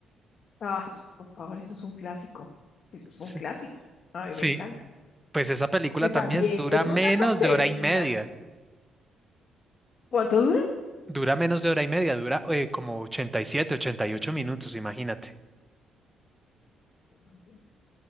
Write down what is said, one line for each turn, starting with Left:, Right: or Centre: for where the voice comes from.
Left: Ah, por favor, eso es un clásico. Eso es
Centre: Sí.
Left: un clásico. A
Centre: Sí,
Left: mí me encanta.
Centre: pues esa película
Left: Y
Centre: también
Left: también
Centre: dura
Left: es
Centre: menos
Left: una tontería.
Centre: de hora y media.
Left: ¿Cuánto dura?
Centre: Dura menos de hora y media, dura eh, como 87, 88 minutos, imagínate.
Left: Me imagino.